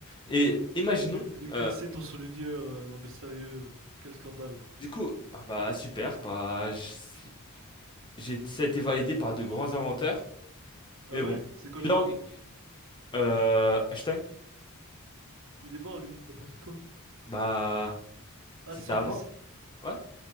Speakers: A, on the left (about 20°); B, on the right (about 60°).
A: Et imaginons,
B: Il est cassé
A: euh,
B: ton surligneur, euh, non mais sérieux, euh, quel scandale.
A: du coup, ah bah super, bah, j- j'ai, ça a été validé par de grands inventeurs.
B: Ah
A: Mais
B: ouais?
A: bon,
B: C'est quoi
A: les
B: leur
A: langues,
B: nom?
A: euh, Einstein,
B: Il est mort lui, n'importe quoi.
A: bah,
B: Ah,
A: c'était
B: c'est son
A: avant,
B: fils?
A: ouais.